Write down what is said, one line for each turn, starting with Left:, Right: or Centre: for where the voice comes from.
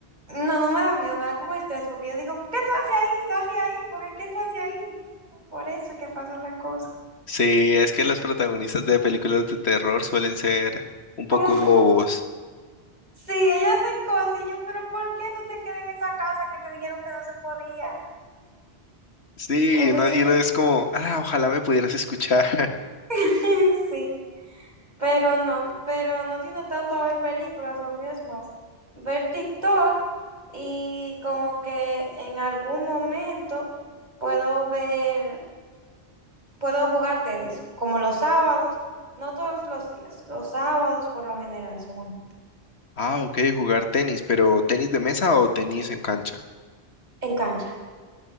Right: No, no me da miedo, me da como estrés, porque yo digo, ¿qué tú haces ahí? Sal de ahí, porque qué qué tú haces ahí? Por eso es que pasan las cosas.
Left: Sí, es que los protagonistas de películas de terror suelen ser un
Right: Como,
Left: poco
Right: <laughs>
Left: bobos.
Right: sí, ellos hacen cosas y yo, pero ¿por qué tú te quedas en esa casa que te dijeron que no se podía?
Left: Sí,
Right: Entonces,
Left: y uno, y uno es como, ah, ojalá me pudieras escuchar. <laughs>
Right: <laughs> sí. Pero no, pero no tiendo tanto a ver películas, lo mío es más ver TikTok y como que en algún momento puedo ver, puedo jugar tenis, como los sábados, no todos los días, los sábados por lo general solamente,
Left: Ah, ok, jugar tenis, pero ¿tenis de mesa o tenis en cancha?
Right: en cancha.